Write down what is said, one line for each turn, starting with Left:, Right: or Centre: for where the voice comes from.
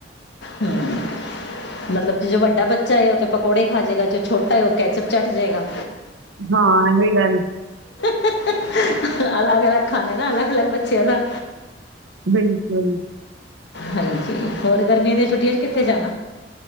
Left: ਹੂੰ ਮਤਲਬ ਜੋ ਵੱਡਾ ਬੱਚਾ ਹੈ ਉਹ ਤੇ ਪਕੌੜੇ ਖਾ ਜਾਏਗਾ ਜੋ ਛੋਟਾ ਹੈ ਉਹ ਕੈਚਅਪ ਚਟ ਜਾਏਗਾ।
Right: ਹਾਂ ਇਹੀ ਗੱਲ
Left: <unintelligible> ਅਲੱਗ ਅਲੱਗ ਖਾਣਾ ਨਾ ਅਲੱਗ ਅਲੱਗ ਬੱਚਿਆਂ ਦਾ
Right: ਬਿਲਕੁਲ।
Left: ਹਾਂਜੀ ਹੋਰ ਗਰਮੀਆਂ ਦੀਆਂ ਛੁੱਟੀਆਂ ਚ ਕਿੱਥੇ ਜਾਣਾ